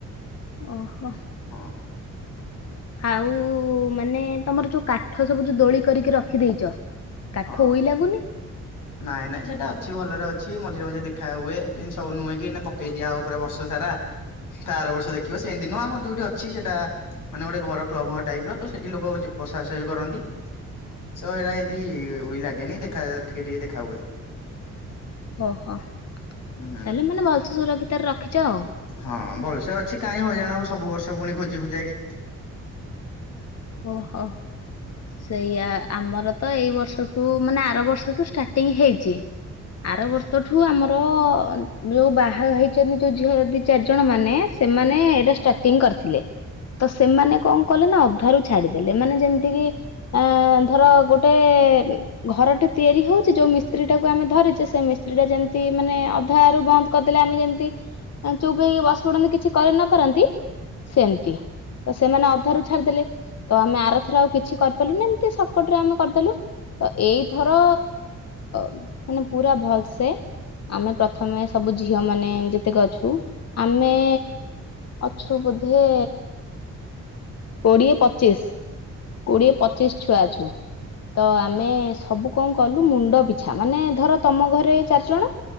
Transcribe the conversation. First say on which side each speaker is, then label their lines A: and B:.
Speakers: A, on the left; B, on the left.
A: ଓହୋ।
B: ହଁ।
A: ଆଉ, ମାନେ ତମର ଯୋଉ କାଠ ସବୁ ଯୋଉ ଦୋଳି କରିକି ରଖିଦେଇଚ? କାଠ
B: ହଁ।
A: ଉଇ ଲାଗୁନି?
B: ନାଇଁ ନାଇଁ, ସେଇଟା ଅଛି ଭଲରେ ଅଛି ମଝିରେ ମଝିରେ ଦେଖା ହୁଏ। ଏମତି ସବୁ ନୁହେଁ କି। ଦିଆହବ ପୁରା ବର୍ଷ ସାରା, ତା ଆର ବର୍ଷ ଦେଖିବ ସେମିତି ନୁହେଁ ଆମର ଯୋଉଠି ଅଛି ସେଇଟା। ମାନେ ଗୋଟେ ଘର କ୍ଲବ ଘର ଟାଇପର ତ ସେଠି ଲୋକ ବସାଶୁଆ ବି କରନ୍ତି। ତ ସେଇରା ଏମିତି। ଉଇ ଲାଗେନି ଦେଖା ଟିକେ ଟିକେ ଦେଖା ହୁଏ।
A: ଓହୋ, ତାହେଲେ
B: ହୁଁ
A: ମାନେ ଭଲସେ ସୁରକ୍ଷିତରେ ରଖିଚ ଆଉ।
B: ହଁ, ଭଲସେ ଅଛି କାଇଁ ହଇରାଣ ହବୁ ସବୁ ବର୍ଷ ପୁଣି ଖୋଜିବୁ ଯାଇଁକି।
A: ଓହୋ, ସେଇଆ ଆମର ତ ଏଇ ବର୍ଷଠୁ ମାନେ। ଆର ବର୍ଷଠୁ ଷ୍ଟାର୍ଟିଂ ହେଇଚି ଆର ବର୍ଷଠୁ ଆମର। ଯୋଉ ବାହା ହେଇଚନ୍ତି ଯୋଉ ଝିଅ ଦି, ଚାରି ଜଣ ମାନେ ସେମାନେ ଏଇଟା ଷ୍ଟାର୍ଟିଂ କରିଥିଲେ। ତ ସେମାନେ କଣ କଲେ ନା ଅଧା ରୁ ଛାଡିଦେଲେ ମାନେ ଯେମିତିକି। ଆ ଧର ଗୋଟେ। ଘରଟେ ତିଆରି ହଉଚି ଯୋଉ ମିସ୍ତ୍ରୀ ଟାକୁ ଆମେ ଧରିଚୁ ସେ ମିସ୍ତ୍ରୀ ଟା ଯେମିତି ମାନେ ଅଧାରୁ ବନ୍ଦ। କରିଦେଲେ ଆମେ ଯେମିତି ଚୁପ ହେଇକି ବସି ପଡନ୍ତି କିଛି କରି ନ ପାରନ୍ତି। ସେମତି ତ ସେମାନେ ଅଧାରୁ ଛାଡିଦେଲେ। ତ ଆମେ ଆର ଥର ଆଉ କିଛି କରିପାରିଲୁନି ଏମିତି ସର୍ଟକଟ ରେ ଆମେ କରିଦେଲୁ। ତ ଏଇଥର ମାନେ ପୁରା ଭଲସେ। ଆମେ ପ୍ରଥମେ ସବୁ ଝିଅ ମାନେ ଯେତିକି ଅଛୁ। ଆମେ। ଅଛୁ ବୋଧେ। କୋଡିଏ, ପଚିଶ। କୋଡିଏ, ପଚିଶ ଛୁଆ ଅଛୁ। ତ ଆମେ ସବୁ କଣ କଲୁ ମୁଣ୍ଡ ପିଛା ମାନେ ଧର ତମ ଘରେ ଚାରିଜଣ।